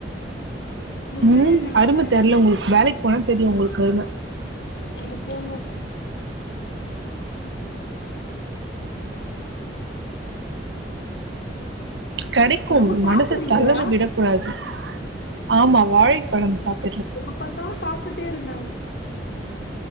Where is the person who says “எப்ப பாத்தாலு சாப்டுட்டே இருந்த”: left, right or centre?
Left